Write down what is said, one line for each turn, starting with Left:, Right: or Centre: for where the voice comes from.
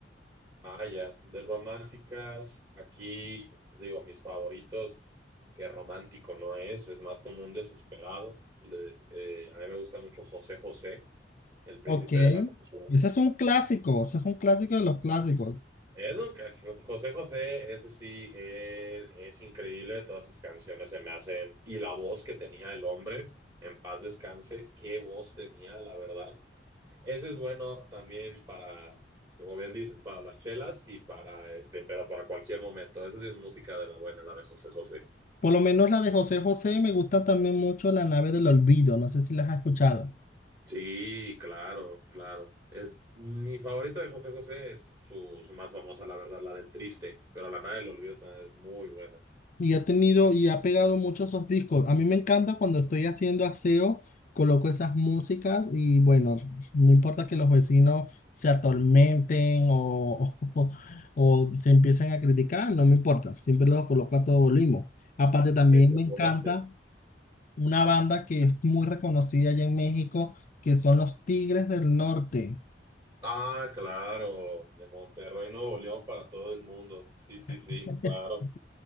Right: Ah, ya, de románticas, aquí digo, mis favoritos, que romántico no es, es más como un desesperado. Le- eh, a mí me gusta mucho José José, el príncipe
Left: Ok,
Right: de la canción.
Left: ese es un clásico, ese es un clásico de los clásicos.
Right: Es lo que- José José, ese sí, eh, es increíble, todas sus canciones se me hacen, y la voz que tenía el hombre, en paz descanse, qué voz tenía, la verdad. Ese es bueno también para, como bien dices, para las chelas y para este, pero para cualquier momento. Esa sí es música de la buena, la de José José.
Left: Por lo menos la de José José me gusta también mucho La nave del olvido, no sé si las has escuchado.
Right: Sí, claro, claro. Eh, mi favorita de José José es su, su más famosa, la verdad, la del triste, pero la nada del olvido también es muy buena.
Left: Y ha tenido y ha pegado mucho esos discos. A mí me encanta cuando estoy haciendo aseo, coloco esas músicas y bueno, no importa que los vecinos se atormenten o, <laughs> o se empiecen a criticar, no me importa, siempre los coloco a todo volumen. Aparte también
Right: Que se
Left: me
Right: aguante.
Left: encanta. una banda que es muy reconocida allá en México, que son los Tigres del Norte.
Right: Ah, claro, de Monterrey, Nuevo León para todo el mundo. Sí, sí, sí,
Left: <laughs>
Right: claro.